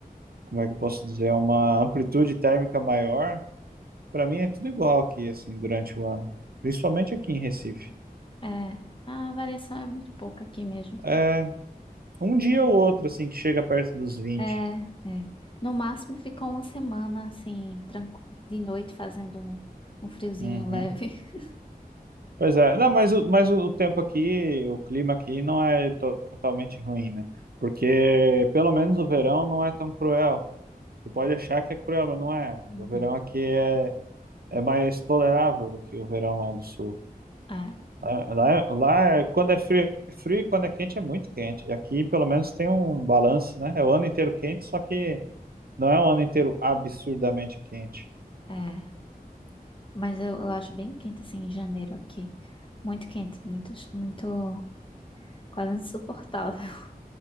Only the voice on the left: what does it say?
é. A variação é muito pouca aqui mesmo.
É, é. No máximo ficou uma semana assim, tranqu... de noite fazendo um, um friozinho
leve. <laughs>
Uhum.
É,
é. Mas eu, eu acho bem quente, assim, em janeiro aqui. Muito quente, muito, muito, quase insuportável. <laughs>